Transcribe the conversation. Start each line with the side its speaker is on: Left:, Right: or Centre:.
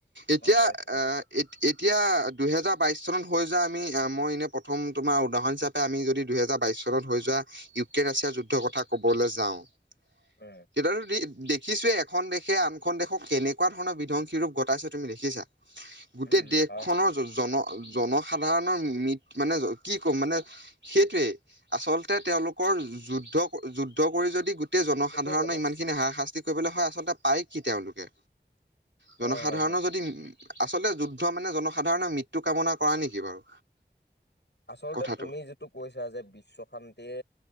Right: এতিয়া
Left: গম পাইছো
Right: এ
Left: অ'।
Right: এ-এতিয়া দুহেজাৰ বাইশ চনত হৈ যোৱা আমি মই এনে প্ৰথম তোমাৰ উদাহৰণ হিচা আমি যদি দুইহেজাৰ বাইশ চনত হৈ যোৱা ইউক্ৰেইন ৰাছিয়াৰ যুদ্ধৰ কথা ক'বলৈ যাওঁ।
Left: উম,
Right: তেতিয়াতো দেখিছোৱে এখন দেশে আনখন দেশক কেনেকুৱা ধৰণৰ বিধ্বংসী ৰূপ ঘটাইছে। তুমি দেখিছা গোটেই
Left: উম
Right: দেশখনৰ
Left: হয়।
Right: জন জনসাধাৰণৰ ম মানে কি ক'ম মানে সেইটোৱেই। আচলতে তেওঁলোকৰ যুদ্ধ যুদ্ধ কৰি যদি গোটেই জনসাধাৰণৰ
Left: গোটেই জন হয়
Right: ইমান খিনি হাৰশাস্ত কৰিব হয় আচলতে পায় কি তেওঁলোকে?
Left: হয়
Right: জন
Left: হয়।
Right: যদি উ আচলতে যুদ্ধ মানে জনসাধাৰণৰ মৃত্যু কামনা কৰা নেকি বাৰু?
Left: আচলতে
Right: কথাটো
Left: তুমি যিটো কৈছা যে বিশ্ব শান্তিৰ